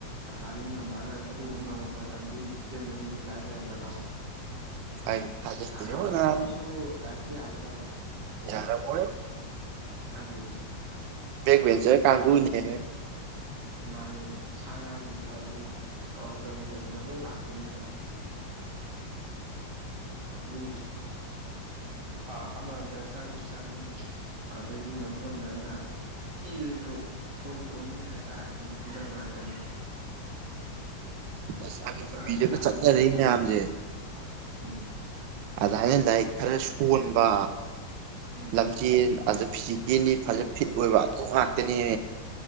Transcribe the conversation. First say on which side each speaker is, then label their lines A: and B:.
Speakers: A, on the right (about 60°); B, on the right (about 80°).
A: ꯑꯥꯊꯥꯗꯨꯗꯤ ꯉꯝꯃꯔꯣꯏ ꯑꯗꯨꯒꯨꯝꯕ ꯉꯃꯝꯄ ꯂꯝꯖꯦꯟ ꯆꯦꯟꯕ ꯃꯤꯗꯨꯕꯨ ꯂꯥꯏꯔꯤꯛ ꯍꯩꯔꯝꯒꯗ꯭ꯔꯣ
B: ꯍꯥꯏ ꯊꯥꯖꯗꯦꯉꯣ
A: ꯁꯥꯟꯅꯕꯗ
B: ꯅꯪ
A: ꯐꯕ ꯃꯤꯗꯨ ꯂꯥꯏꯔꯤꯛꯇ ꯌꯥꯒꯗ꯭ꯔꯕ
B: ꯌꯥꯔ ꯑꯣꯏ
A: ꯑꯗꯨꯗꯅꯦ
B: ꯦꯒꯕ ꯆꯦ ꯀ ꯀꯥꯡꯒꯅꯤ
A: ꯃꯥꯅꯦ ꯁꯥ ꯉꯥꯁꯤꯡꯗꯣ ꯑꯗꯨꯅ ꯀꯃꯥꯏꯅ ꯇꯧꯅꯤ ꯑꯗꯨꯅ ꯂꯣꯏ ꯂꯥꯛꯄꯅꯤꯅ ꯃꯤ ꯄꯥ ꯑꯃꯗ ꯆꯪꯁꯨ ꯆꯪꯅꯤꯡ ꯑꯗꯨꯩꯗꯒꯤ ꯉꯝꯁꯨ ꯉꯝꯗꯅ ꯅꯨꯄꯤꯗꯨꯁꯨ ꯑꯣꯏꯕ ꯑꯣꯏꯅꯤ ꯍꯥꯏ ꯇꯔꯗꯤ ꯅꯨꯄꯤꯅ ꯉꯥꯛꯇꯅꯦ
B: ꯑꯁ ꯑ
A: ꯍꯟꯇꯛ
B: ꯄꯤꯔꯒ ꯆꯠꯅꯔ ꯃꯌꯥꯝꯁꯦ
A: ꯎꯝ
B: ꯑꯗꯨꯃꯥꯏꯅ ꯂꯥꯏꯔꯤꯛ ꯈꯔ ꯁꯣꯟꯕ
A: ꯎꯝ
B: ꯂꯝꯆꯦꯜ ꯑꯗꯨ ꯐꯤꯖꯤꯀꯦꯜꯂꯤ ꯐꯖꯅ ꯐꯤꯠ ꯑꯣꯏꯕ ꯑꯗꯨꯝ ꯉꯥꯛꯇꯅꯦ